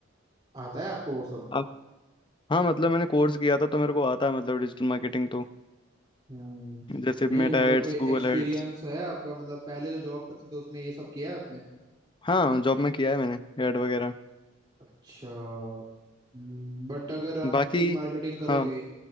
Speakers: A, on the right (about 25°); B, on the left (about 25°).
A: आता है आपको वो सब
B: आप हाँ मतलब मैंने कोर्स किया था तो मेरे को आता है मतलब डिजिटल मार्केटिंग तो
A: हम्म
B: जैसे
A: नहीं
B: मेटा
A: मतलब
B: एड्स
A: कोई
B: गूगल
A: एक्सपीरियंस
B: एड्स
A: है आपका मतलब पहले जो जॉब करते थे उसमें ये सब किया है आपने
B: हाँ जॉब में किया है मैंने ऐड वगैरह
A: अच्छा हम्म, बट अगर आप
B: बाकी
A: डिजिटल मार्केटिंग करोगे
B: हाँ